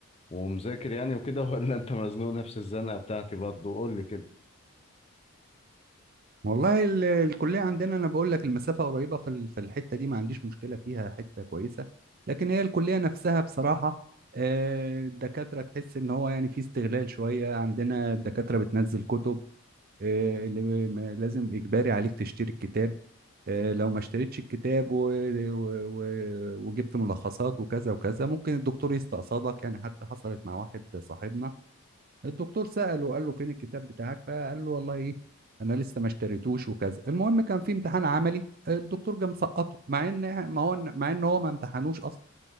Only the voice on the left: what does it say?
ومذاكر يعني وكده <laughs> ولا انت مزنوق نفس الزنقة بتاعتي برضو قول لي كده